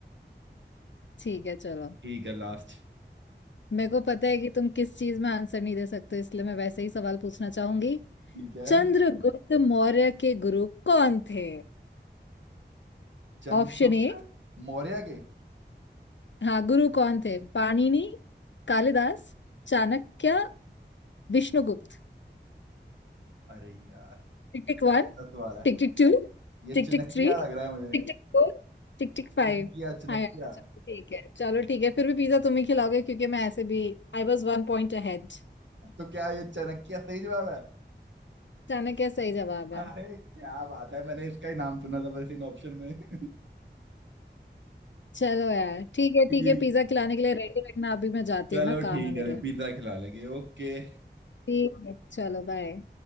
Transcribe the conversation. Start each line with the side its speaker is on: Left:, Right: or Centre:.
Left: ठीक है चलो
Right: ठीक है लास्ट
Left: मेरे को पता है कि तुम किस चीज में आंसर नहीं दे सकते इसलिए मैं वैसे ही सवाल पूछना चाहूंगी
Right: ठीक है
Left: चंद्रगुप्त मौर्य के गुरु कौन थे
Right: चंद्रगुप्त
Left: Option A
Right: मौर्य के
Left: हाँ गुरु कौन थे Panini Kalidas Chanakya Vishnugupta
Right: अरे यार
Left: Tick tick
Right: ये
Left: one
Right: पहला सवाल है
Left: tick tick two
Right: ये
Left: tick
Right: चनकिया
Left: tick three
Right: लग रहा है मुझे
Left: tick tick four tick tick five
Right: चनकिया चनकिया
Left: हाँ यार चलो ठीक है चलो ठीक है फिर भी पिज्जा तुम ही खिलाओगे क्योंकि मैं ऐसे भी I was one point ahead
Right: तो क्या ये चनकिया सही जवाब है
Left: Chanakya क्या सही जवाब है
Right: अरे क्या बात है मैंने इसका ही नाम सुना था बस इन ऑप्शन में <laughs>
Left: चलो यार ठीक है ठीक
Right: ठीक।
Left: है पिज्जा खिलाने के लिए रेडी रखना अभी मैं जाती
Right: चलो
Left: हूँ ना काम
Right: ठीक
Left: है
Right: है
Left: मेरे
Right: पिज्जा खिला लेंगे ओके
Left: ठीक है चलो बाय